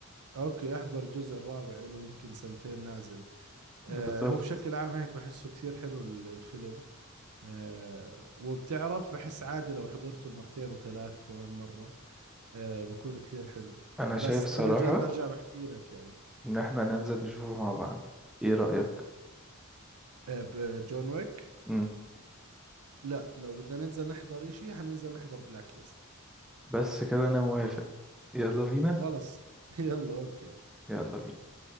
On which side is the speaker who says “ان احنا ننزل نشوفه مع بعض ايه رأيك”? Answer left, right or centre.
Centre